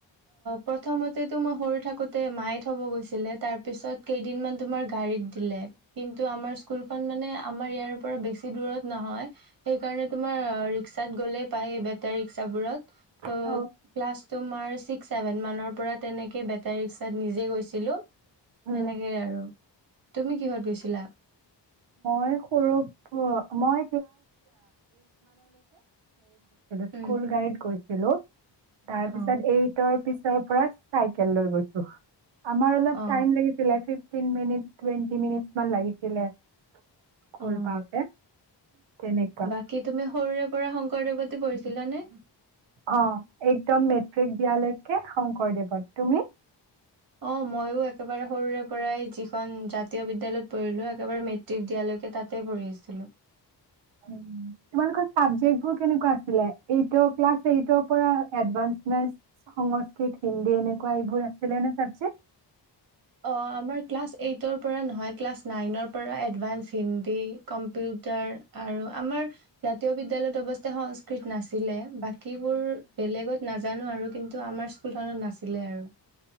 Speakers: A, on the right; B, on the right.
A: অ। প্ৰথমতেতো মই সৰু থাকোঁতে মায়ে থ'ব গৈছিলে। তাৰ পিছত কেইদিনমান তোমাৰ গাড়ীত দিলে কিন্তু আমাৰ স্কুলখন মানে আমাৰ ইয়াৰ পৰা বেছি দূৰত নহয় সেইকাৰণে তোমাৰ ৰিক্সাত গ'লেই পায়। বেটাৰী ৰিক্সাবোৰত ত
B: অ
A: ক্লাছ ত মাৰ ছিক্স ছেভেন মানৰ পৰা তেনেকে বেটাৰী ৰিক্সাত নিজে গৈছিলো। সেনেকেই
B: উম,
A: আৰু। তুমি কিহত গৈছিলা।
B: মই্সৰু কঞ্ এ স্কুল
A: উম
B: গাইড কৰিছে। হেল্ল' তাৰ
A: অ
B: পিছত এইটৰ পিছ ৰ পৰা চাইকেল লৈ গৈছো আমাৰ অলপ
A: অ
B: টাইম লাগিছিলে fifteen minute twenty minute মান লাগিছিলে খোল
A: অ
B: পাওঁতে তেনেকুৱা।
A: বাকী তুমি সৰুৰে পৰা শংকৰদেৱত পঢ়িছিলা নে?
B: অ একদম মেট্ৰিক দিয়ালৈকে শংকৰদেৱত। তুমি?
A: অ মইয়ো একেবাৰে সৰুৰে পৰাই যিখন জাতীয় বিদ্যালয়ত পঢ়িলো একেবাৰে মেট্ৰিক দিয়ালৈকে তাতে পঢ়ি আছিলো।
B: উ তোমালোকৰ চাবজেক্ট বোৰ কেনেকুৱা আছিলে? এইটৰ ক্লাচ এইটৰ পৰা এডভাঞ্চ মেটছ, সংস্কৃত, হিন্দী এনেকুৱা এইবোৰ আছিলে নে চাবজেক্ট?
A: অ আমাৰ ক্লাছ এইটৰ পৰা নহয় ক্লাছ নাইনৰ পৰা এডভাঞ্চ, হিন্দী, কম্পিউটাৰ আৰু আমাৰ জাতীয় বিদ্যালয়ত অৱস্থে সংস্কৃত নাছিলে বাকীবোৰ বেলেগত নাজানো আৰু কিন্তু আমাৰ স্কুলখনত নাছিলে আৰু